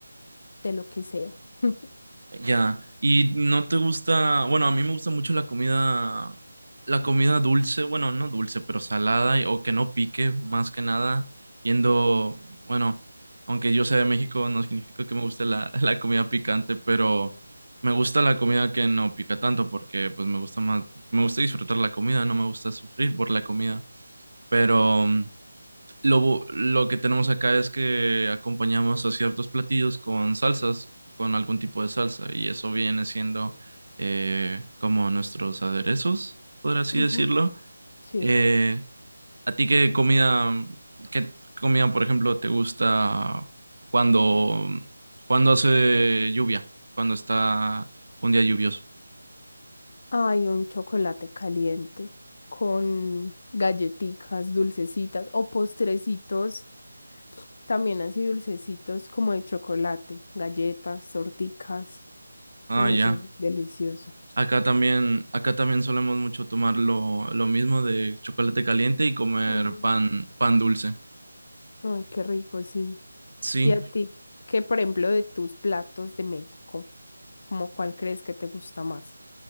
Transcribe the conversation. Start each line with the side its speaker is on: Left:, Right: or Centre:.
Left: de lo que sea. <laughs>
Right: Ya, y no te gusta, bueno, a mí me gusta mucho la comida, la comida dulce, bueno, no dulce, pero salada y- o que no pique, más que nada, yendo, bueno, aunque yo sea de México, no significa que me guste la, <laughs> la comida picante, pero me gusta la comida que no pica tanto, porque pues me gusta más, me gusta disfrutar la comida, no me gusta sufrir por la comida, pero mm, lo, lo que tenemos acá es que acompañamos a ciertos platillos con salsas, con algún tipo de salsa, y eso viene siendo eh, como nuestros aderezos, por así
Left: Ujú,
Right: decirlo.
Left: Sí.
Right: Eh, ¿a ti qué comida, qué comida, por ejemplo, te gusta cuando, cuando hace lluvia, cuando está un día lluvioso?
Left: Ay, un chocolate caliente con galletitas, dulcecitas o postrecitos, también así dulcecitos como de chocolate, galletas, torticas,
Right: Ah,
Left: no
Right: ya.
Left: sé, delicioso.
Right: Acá también, acá también solemos mucho tomar lo, lo mismo de chocolate caliente y comer
Left: Ujú.
Right: pan, pan dulce.
Left: Ay, qué rico, sí.
Right: Sí,
Left: ¿Y a ti? ¿Qué, por ejemplo, de tus platos de México? ¿Cómo cuál crees que te gusta más?